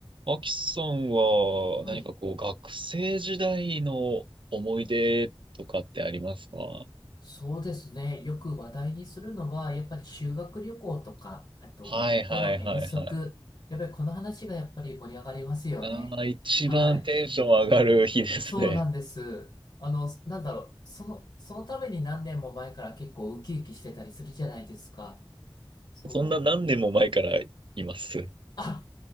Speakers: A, on the right; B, on the left.
A: アキさんは何かこう学生時代の思い出とかってありますかは
B: はい。そうですね。よく話題にするのは、やっぱり修学旅行とか、あと学校の遠足。
A: いはいはいはい。
B: やっぱりこの話がやっぱり盛り上がりますよね。
A: ああ、一番テンション上がる日ですね。
B: はい。そうなんです。あの、なんだろう。その、そのために何年も前から結構ウキウキしてたりするじゃないですか。そう。
A: そんな何年も前からいます。
B: あ